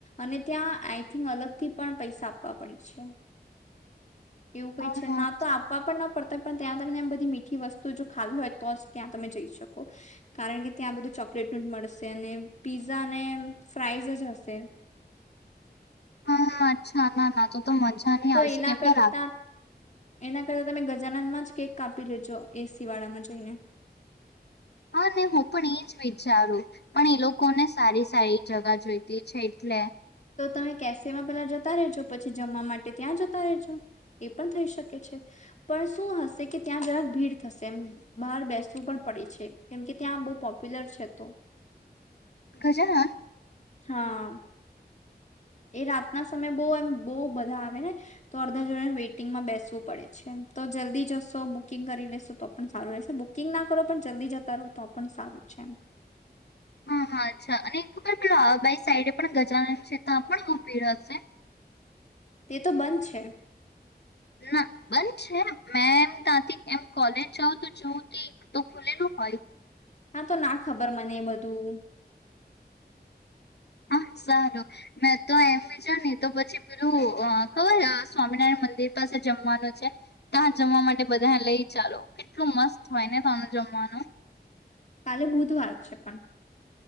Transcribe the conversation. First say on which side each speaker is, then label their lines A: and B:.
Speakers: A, on the left (about 45°); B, on the left (about 75°).
A: અને ત્યાં આઈ થિંક અલગથી પણ પૈસા આપવા પડે છે એવું કઈ
B: હા
A: છે
B: હા
A: ના તો આપવા પણ ના પડ પણ ત્યાં તમને એમ બધી મીઠી વસ્તુ જો ખાવી હોય તો જ ત્યાં તમે જઈ શકો કારણ કે ત્યાં બધું ચોકલેટનું જ મળશે અને પીઝા અને ફ્રઇઝ જ હશે
B: હા હા અચ્છા ના ના તો તો મજા નહી
A: તો
B: આવશે
A: એના
B: કેમ
A: કરતા
B: કે રાખ
A: એના કરતા તમે ગજાનનમાં જ કેક કાપી લેજો એસી વાળામાં જઈને
B: હા ને હું પણ એજ વિચારું પણ એ લોકોને સારી સારી જગા જોઈતી છે એટલે
A: તો તમે કેફેમાં પેલા જતા રજો પછી જમવા માટે ત્યાં જતા રહેજો એ પણ થઈ શકે છે પણ શું હશે કે ત્યાં જરાક ભીડ થશે એમ બહાર બેસવું પણ પડી છે કેમ કે ત્યાં બહુ પોપ્યુલર છે તો
B: ગજાનન
A: હા એ રાતના સમયે બહુ એમ બહુ બધા આવે ને તો અડધા જોડ વેઇટિંગમાં બેસવું પડે છે તો જલ્દી જશો બુકિંગ કરી લેશો તો પણ સારું રહેશે બુકિંગ ના કરો પણ જલ્દી જતા રહો તો પણ સારું છે એમ
B: હા હા અચ્છા અને ખબર પેલો બાઈ સાઈડે પણ ગજાન છેતાં પણ ભી હશે
A: તે તો બંધ છે
B: ના બંધ છે મેં એમ ત્યાથી એમ કોલેજ જાવ તો જોવું ત તો ખુલેલું હોય
A: હા તો ના ખબર મને એ બધું
B: હા સારું મે તો એમ બી છે ને તો પછી પેલું ખબર સ્વામિનારાયણ મંદિર પાસે જમવાનું છે ત્યા જમવા માટે બધા લઈ ચાલો કેટલું મસ્ત હોય ને તનું જમવાનું
A: કાલે બુધવાર છે પણ